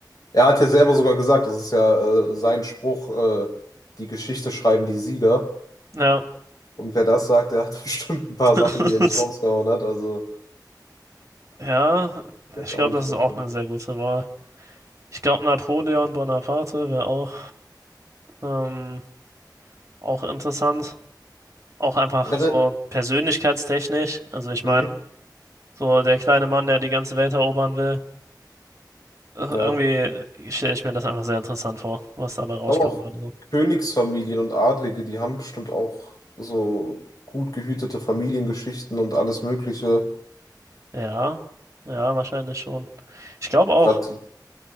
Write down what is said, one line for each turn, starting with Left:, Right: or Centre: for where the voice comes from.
Left: Er hat ja selber sogar gesagt, das ist ja äh, sein Spruch, äh, die Geschichte schreiben die Sieger.
Right: ja.
Left: Und wer das sagt, der hat <laughs> bestimmt ein paar
Right: <laughs>
Left: Sachen, die er nicht rausgehauen hat. Also
Right: Ja,
Left: vielleicht
Right: ich
Left: auch
Right: glaube,
Left: nicht
Right: das
Left: verkehrt.
Right: ist auch eine sehr gute Wahl. Ich glaube, Napoleon Bonaparte wäre auch, ähm, auch interessant. Auch einfach
Left: Generell,
Right: so persönlichkeitstechnisch. Also ich
Left: mhm,
Right: meine, so der kleine Mann, der die ganze Welt erobern will. Äh, Irgendwie
Left: ja.
Right: stelle ich mir das einfach sehr interessant vor, was dabei rauskommen
Left: Ich glaube auch
Right: würde. so.
Left: Königsfamilien und Adlige, die haben bestimmt auch so gut gehütete Familiengeschichten und alles Mögliche.
Right: Ja, ja, wahrscheinlich schon. Ich glaube auch,
Left: Grad,